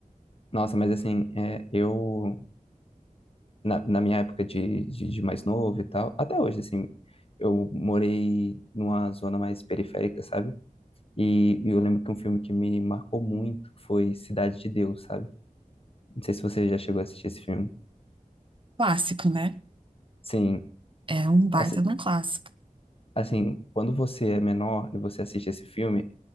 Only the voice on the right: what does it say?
Clássico, né?
É um baita
de um clássico.